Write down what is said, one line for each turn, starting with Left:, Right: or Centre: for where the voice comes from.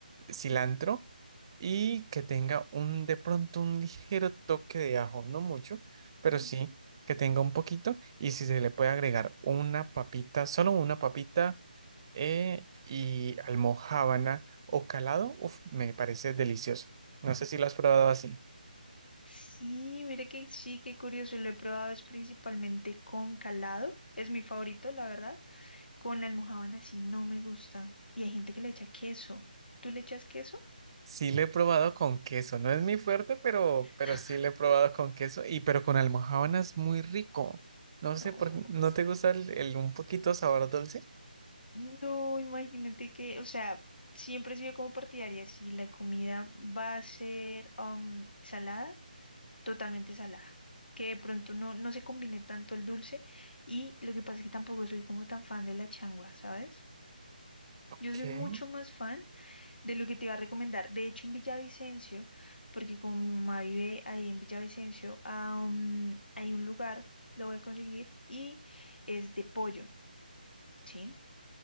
Right: cilantro
Left: Ujú,
Right: y que tenga un de pronto un ligero toque de ajo, no mucho, pero
Left: ujú.
Right: sí que tenga un poquito y si se le puede agregar una papita, solo una papita eh, y almojábana o calado, uf, me parece delicioso. No sé si lo has probado así.
Left: Sí, mire que sí, qué curioso. Lo he probado es principalmente con calado. Es mi favorito, la verdad. Con la almojábana sí no me gusta. Y hay gente que le echa queso. ¿Tú le echas queso?
Right: Sí lo he probado con queso, no es mi fuerte, pero, pero
Left: <laughs>
Right: sí lo he probado con queso y pero con almojábana es muy rico. No sé
Left: No.
Right: por, ¿no te gusta el, el un poquito sabor dulce?
Left: No, imagínate que, o sea, siempre he sido como partidaria, si la comida va a ser am, salada, totalmente salada, que de pronto no, no se combine tanto el dulce y lo que pasa es que tampoco soy como tan fan de la changua, ¿sabes? Yo
Right: ¿Qué?
Left: soy mucho más fan de lo que te iba a recomendar. De hecho, en Villavicencio, porque como mi mamá vive ahí en Villavicencio, am, hay un lugar, lo voy a conseguir, y es de pollo. ¿sí?